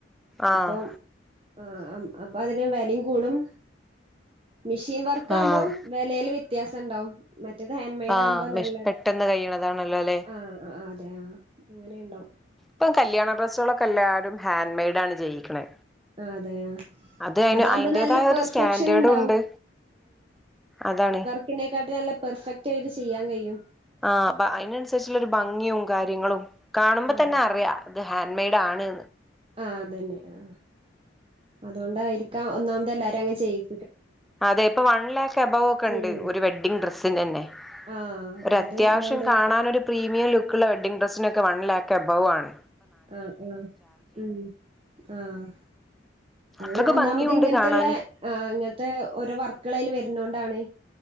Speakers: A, in the centre; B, on the right.
A: ആഹ്
B: അപ്പം ആഹ് അപ്പൊ അതിന് വെലിം കൂടും മിഷീൻ വർക്ക്
A: ആഹ്
B: ആവുമ്പോ വെലേല് വ്യത്യാസം ഉണ്ടാവും മറ്റേത് ഹാൻഡ് മെയഡ്
A: ആഹ്
B: ആവുമ്പോ
A: മിഷ്
B: നല്ലെ
A: പെട്ടെന്ന് കഴിയണതാണല്ലോ അല്ലെ
B: ആഹ് ആഹ് അത് അതെ ആഹ് അങ്ങനെയിണ്ടാവും
A: പ്പൊ കല്യാണ ഡ്രസ്സുകളൊക്കെ എല്ലാവരും ഹാൻഡ് മെയ്ഡ് ആണ് ജെയ്യിക്ക്ണേ
B: ആ അതെ ആ
A: അത് അയ്ന്
B: അതാകുമ്പോ
A: അയ്ന്റേതായ
B: നല്ല പെർഫെക്ഷൻ
A: ഒരു സ്റ്റാൻഡേർഡും
B: ഉണ്ടാവും
A: ഉണ്ട് അതാണ്
B: അതിനേക്കാട്ട് നല്ല പെർഫെക്ട് ആയിട്ട് ചെയ്യാൻ കഴിയും
A: ആഹ് അ അതിനനുസരിച്ചുള്ള ഒരു ഭംഗിയും കാര്യങ്ങളും കാണുമ്പോ
B: ആ
A: തന്നെ അറിയാം അത് ഹാൻഡ് മെയ്ഡ് ആണ്ന്ന്
B: ആഹ് അതന്നെ ആ അതുകൊണ്ടായിരിക്കാം ഒന്നാമത എല്ലാവരും അങ്ങെ ചെയ്യും
A: അതെ ഇപ്പൊ വൺ ലാക്ക് എബവ് ഒക്കെ
B: ചെയ്യാൻ
A: ഉണ്ട്
B: കഴിയും
A: ഒരു വെഡ്ഡിങ് ഡ്രെസ്സിന് തന്നെ
B: ആ
A: ഒരു അത്യാവശ്യം
B: അത് അതുകൊണ്ടായിരിക്കും
A: കാണാൻ ഒരു പ്രീമിയം ലുക്കുള്ള വെഡ്ഡിങ് ഡ്രെസ്സിനൊക്കെ വൺ ലാക്ക് അബാവാണ്
B: ആഹ് ആഹ് ഉം ആഹ് അത്
A: അത്രക്ക്
B: ഒന്നാമത്
A: ഭംഗിയുണ്ട്
B: ഇങ്ങൻത്തുള്ള
A: കാണാന്
B: ആ ഇങ്ങൻത്തെ ഓരോ വർക്കുകള അയ്ൽ വരുന്ന കൊണ്ടാണ്